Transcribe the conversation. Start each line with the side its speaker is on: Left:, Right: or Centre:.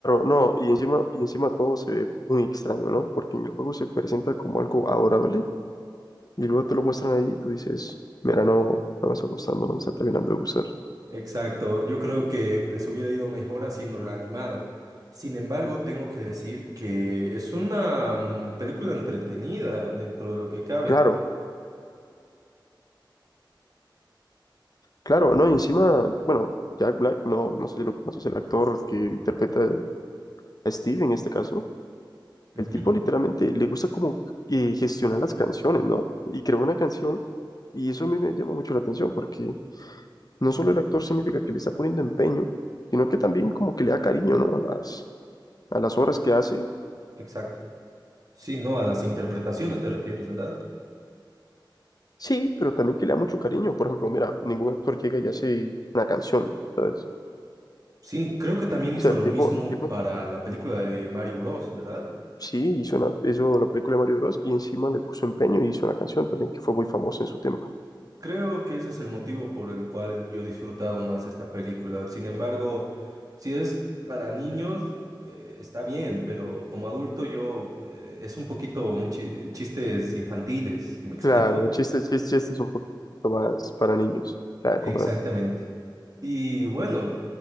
Left: no, y encima, y encima todo se ve muy extraño, ¿no? Porque en el juego se presenta como algo adorable, y luego te lo muestran ahí y tú dices, mira, no, no me está gustando, no me está terminando de gustar.
Right: exacto. Yo creo que les hubiera ido mejor haciendo la animada. Sin embargo, tengo que decir que es una mm, película entretenida dentro de lo que cabe.
Left: Claro, claro, no, y encima, bueno, Jack Black, no, no sé si lo conoces, el actor que interpreta a Steve en este caso,
Right: Ujú,
Left: el tipo
Right: ujú.
Left: literalmente le gusta como eh, gestionar las canciones, ¿no? Y creó una canción y eso a mí me llama mucho la atención porque no solo el actor significa que le está poniendo empeño, sino que también como que le da cariño, ¿no? A las, a las obras que hace.
Right: Exacto. Sí, no, a las interpretaciones te refieres, ¿verdad?
Left: Sí, pero también que le da mucho cariño. Por ejemplo, mira, ningún actor llega y hace una canción, ¿sabes?
Right: Sí, creo que también
Left: O
Right: hizo
Left: sea, el
Right: lo
Left: tipo,
Right: mismo
Left: el tipo
Right: para la película de Mario Bros, ¿verdad?
Left: sí hizo, una, hizo la película de Mario Bros. y encima le puso empeño y hizo una canción también que fue muy famosa en su tiempo.
Right: Creo que ese es el motivo por el cual yo he disfrutado más esta película. Sin embargo, si es para niños, eh, está bien, pero como adulto yo eh, es un poquito un chi- chistes infantiles, si me explico.
Left: Claro, chistes, chistes, chistes un poquito más para niños. Ya,
Right: Exactamente.
Left: comprendo.
Right: Y bueno,